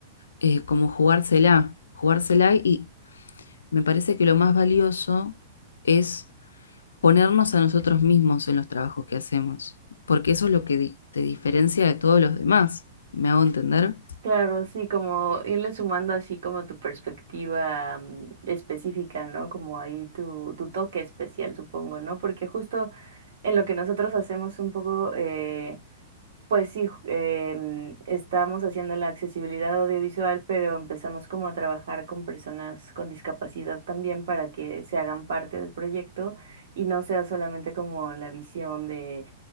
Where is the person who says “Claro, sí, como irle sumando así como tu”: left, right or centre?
Right